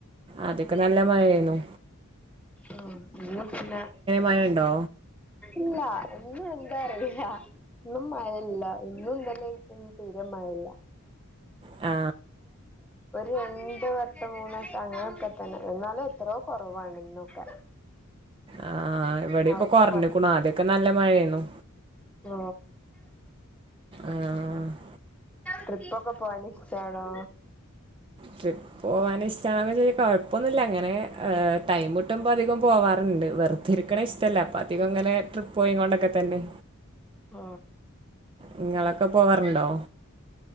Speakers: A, on the right (about 25°); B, in the centre.
A: ആദ്യക്കെ നല്ല മഴയെര്ന്നു
B: ആ ഇന്നാ പിന്നെ
A: മഴ ഉണ്ടോ
B: ഇല്ല ന്ന്എന്താ അറിയില്ല ഇന്നും മഴയില്ല ഇന്നും ഇന്നലിം യെ തീരെ മഴയില്ല
A: ആ
B: രണ്ടട്ട മൂന്നട്ടം അങ്ങനൊക്കെ തന്നെ എന്നാലും എത്രോ കൊറവാണ് ഇന്നൊക്കെ
A: ആ ഇവിടെ
B: അവിടുത്തെ
A: ഇപ്പൊ കൊറഞ്ഞികുണു ആദ്യൊക്കെ നല്ല മഴേര്ന്നു
B: ഓ
A: ആ
B: ട്രിപ്പൊക്കെപോയാൻ ഇഷ്ടാണോ
A: ട്രിപ്പ് പോവാൻഇഷ്ടണെ കൊഴപ്പൊന്നുല്ല അങ്ങനെ ആ ടൈംകിട്ടു അപ്പ അധികം പോവാറുണ്ട് വെറുതെ രിക്കണ ഇഷ്ടല്ല പ്പ അധികം ഇങ്ങനെ ട്രിപ്പ് പോയി കൊണ്ടൊക്ക തന്നെ
B: ആ
A: നിങ്ങളൊക്കെ. പോവാറുണ്ടോ